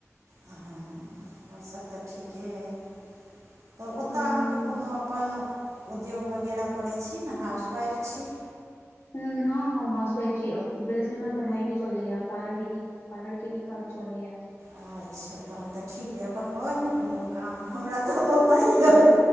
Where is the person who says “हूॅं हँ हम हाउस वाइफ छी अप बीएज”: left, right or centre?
Left